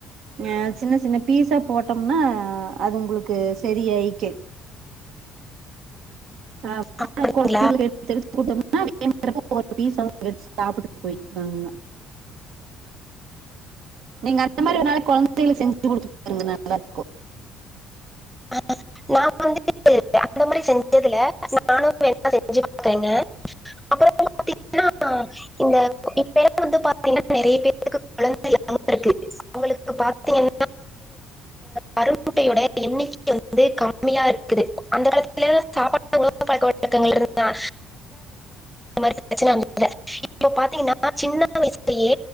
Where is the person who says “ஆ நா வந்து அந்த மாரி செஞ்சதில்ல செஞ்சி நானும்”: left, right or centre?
Centre